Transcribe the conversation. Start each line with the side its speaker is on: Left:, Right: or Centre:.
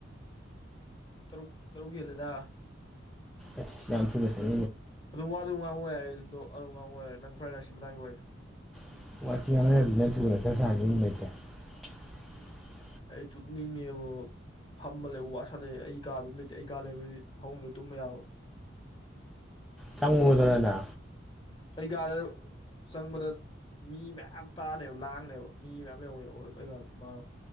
Left: ꯇꯔꯨꯛ ꯇꯔꯨꯛ ꯍꯦꯜꯂꯦꯗ
Centre: ꯑꯁ ꯌꯥꯝ ꯊꯨꯅꯁꯠ
Left: ꯑꯗꯨ ꯋꯥ ꯑꯗꯨ ꯉꯥꯡꯉ ꯌꯥꯏ ꯑꯗꯣ ꯑꯗꯨ ꯉꯥꯡꯉ ꯌꯥꯔ ꯂꯪ ꯐ꯭ꯔꯥꯏꯗ ꯔꯥꯏꯁꯀꯤ ꯃꯇꯥꯡꯒꯤ ꯋꯥꯏꯗꯣ
Centre: ꯆ
Left: ꯑꯩ ꯇꯨꯅꯤꯉꯦꯕ ꯐꯝꯃ ꯂꯩ ꯋꯥꯁꯠꯂꯛꯑꯦ ꯑꯩ ꯀꯥꯗꯁꯨ ꯂꯩꯇꯦ ꯑꯩ ꯀꯥ ꯂꯩꯕꯗꯤ ꯐꯃꯨꯡꯗ ꯇꯨꯝꯕ ꯌꯥꯕ
Centre: ꯆꯪꯉꯨꯗ꯭ꯔꯅ
Left: ꯑꯩꯒꯗ ꯁꯪꯕꯗ ꯃꯤ ꯃꯌꯥꯝ ꯇꯥꯅꯦꯕ ꯂꯥꯡꯅꯦꯕ ꯃꯤ ꯃꯌꯥꯝ ꯂꯩꯍꯅꯦꯕ ꯏꯃꯥꯟ